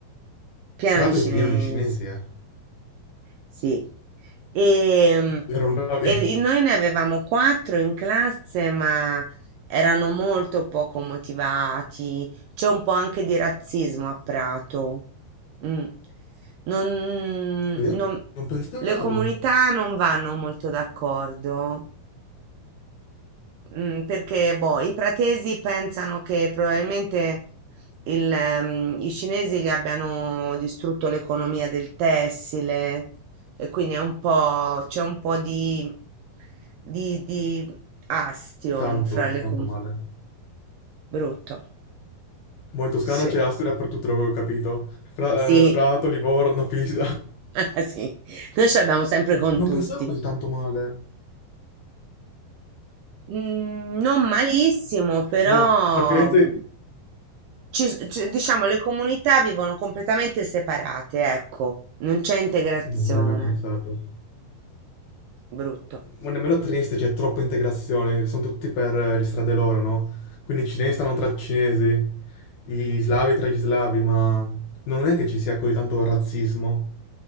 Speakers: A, on the right; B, on the left.
A: pieno
B: Prato
A: di cinesi.
B: è pieno di cinesi, eh.
A: Sì. E, mm,
B: Erano bravi.
A: e noi ne avevamo quattro in classe, ma erano molto poco motivati. C'è un po' anche di razzismo a Prato. Mm. Non,
B: Sì?
A: non-
B: Non pensavo
A: le comunità non vanno molto d'accordo Mm, perché boh, i pratesi pensano che probabilmente il, ehm, i cinesi gli abbiano distrutto l'economia del tessile e quindi è un po', c'è un po' di, di, di astio
B: tanto,
A: fra le
B: tanto
A: com-
B: male.
A: brutto.
B: Boh, in Toscana
A: Sì,
B: c'è Asti dappertutto, l'avevo capito. Fra-
A: sì,
B: eh, Prato, Livorno, Pisa.
A: <laughs> ah, sì. Noi ce l'abbiamo sempre con
B: Boh, non
A: tutti.
B: pensavo così tanto male.
A: Mm, non malissimo, però.
B: Boh, tra Firenze...
A: mhmm, ci s- ci- diciamo, le comunità vivono completamente separate, ecco, non c'è integrazione,
B: Non avrei mai pensato.
A: brutto.
B: Ma nemmeno triste, c'è troppa integrazione, sono tutti per eh, le strade loro, no? Quindi i cinesi stanno tra i cinesi, gli slavi tra gli slavi, ma non è che ci sia così tanto razzismo.